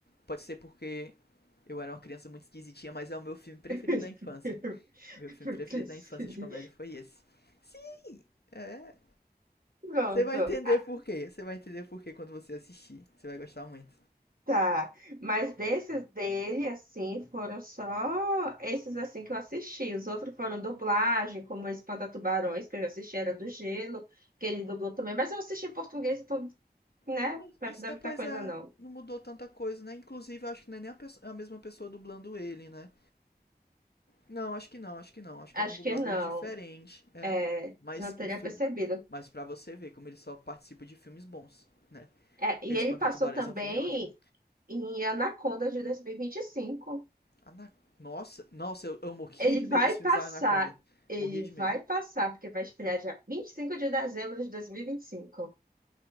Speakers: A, on the left (about 75°); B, on the right (about 60°).
A: pode ser porque eu era uma criança muito esquisitinha, mas é o meu filme preferido
B: <laughs>
A: da infância.
B: Eu
A: Meu filme preferido
B: Esqueci.
A: da infância de comédia foi esse. Sim, é.
B: Pronto.
A: Você vai entender
B: Ah,
A: por quê. Você vai entender por quê quando você assistir. Você vai gostar muito.
B: tá. Mas desses dele, assim, foram só esses assim que eu assisti. Os outros foram dublagem, como Espanta-Tubarões, que eu já assisti, era do Gelo, que ele dublou também. Mas eu assisti em português, então, né?
A: Não, mas
B: Não
A: isso,
B: dá
A: é,
B: muita
A: pois
B: coisa,
A: é,
B: não.
A: não mudou tanta coisa, né? Inclusive, eu acho que não é nem a, pesso- a mesma pessoa dublando ele, né? Não, acho que não, acho que não. Acho que
B: Acho
A: é um dublador
B: que não.
A: diferente, é.
B: É,
A: Mas
B: senão eu teria
A: o filme.
B: percebido.
A: Mas pra você ver como ele só participa de filmes bons, né?
B: É,
A: Porque
B: e
A: Espanta
B: ele passou
A: Tubarões
B: também
A: é um filme ótimo.
B: em Anaconda de 2025.
A: Ana... Nossa, nossa, eu, eu morria
B: Ele
A: de
B: vai
A: medo dos filmes
B: passar,
A: da Anaconda.
B: ele
A: Morria de
B: vai
A: medo.
B: passar, porque vai estrear dia 25 de dezembro de 2025.